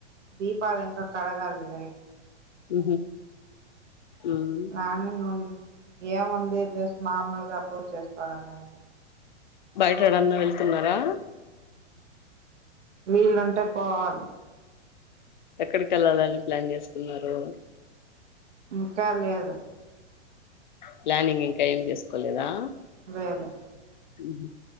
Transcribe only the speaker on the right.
దీపాలు ఇంకా కడగాలి
ప్లానింగ్ ఏముంది జస్ట్ మామూలుగా పూజ చేసుకోడాలింతే
వీలుంటే పోవాలి
ఇంకా లేదు
లేదు